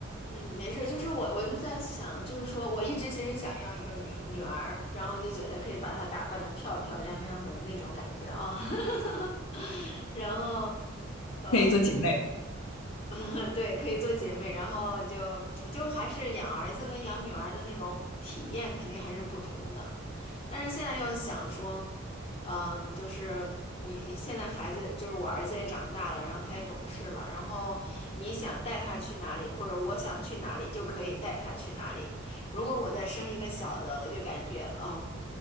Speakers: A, on the left; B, on the left.
A: 嗯，没事儿，就是我，我就在想，就是说我一直其实想要一个女女儿，然后就觉得可以把她打扮的漂漂亮亮的那种感觉啊。<laughs> 然后，呃。
B: 可以做姐妹，
A: <laughs> 对，可以做姐妹，然后就就还是养儿子跟养女儿的那种体验肯定还是不同的。但是现在又想说，嗯、就是你现在孩子，就是我儿子也长大了，然后他也懂事了，然后你想带他去哪里，或者我想去哪里，就可以带他去哪里。如果我再生一个小的，我就感觉哦，